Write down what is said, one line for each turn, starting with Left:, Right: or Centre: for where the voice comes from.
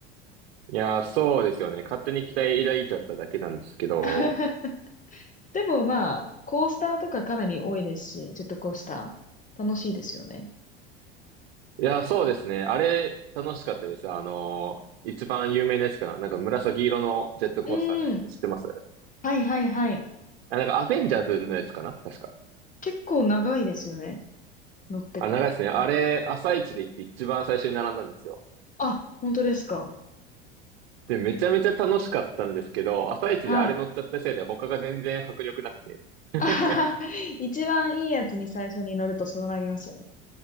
Right: いやー、そうですよね。勝手に期待抱いちゃっただけなんですけど。
Left: <laughs> でもまあ、コースターとかかなり多いですし、ジェットコースター。楽しいですよね。
Right: いやー、そうですね。あれ、楽しかったです。あのー一番有名なやつかな。なんか紫色のジェットコースターのやつ、
Left: うん。
Right: 知ってます
Left: はいはいはい。
Right: あ、なんかアベンジャーズのやつかな確か。
Left: 結構長いですよね。乗ってから。
Right: あ、長いですね。あれ、朝一で行って一番最初に並んだんですよ。
Left: あ、本当ですか。
Right: で、めちゃめちゃ楽しかったんですけど、朝一であれ乗っちゃったせいで他が全然迫力なくて。
Left: はい。<laughs>
Right: <laughs>
Left: あはは一番いいやつに最初に乗るとそうなりますよね。